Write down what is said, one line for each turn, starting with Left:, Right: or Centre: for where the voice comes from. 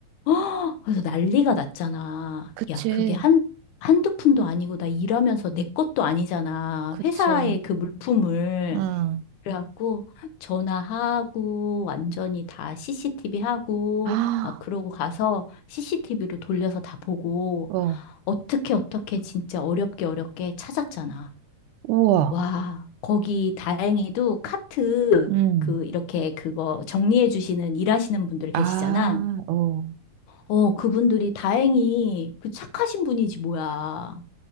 Left: 허! 그래서 난리가 났잖아.
Right: 그치,
Left: 야, 그게 한, 한두 푼도 아니고 나 일하면서 내 것도 아니잖아.
Right: 그치,
Left: 회사의 그 물품을.
Right: 응.
Left: 그래갖고 전화하고 완전히 다 CCTV 하고
Right: 아,
Left: 막 그러고 가서 CCTV로 돌려서 다 보고
Right: 어,
Left: 어떻게 어떻게 진짜 어렵게 어렵게 찾았잖아.
Right: 우와,
Left: 와, 거기 다행히도 카트
Right: 음,
Left: 그 이렇게 그거 정리해 주시는 일하시는 분들 계시잖아.
Right: 아, 어.
Left: 어, 그분들이 다행히 그 착하신 분이지 뭐야.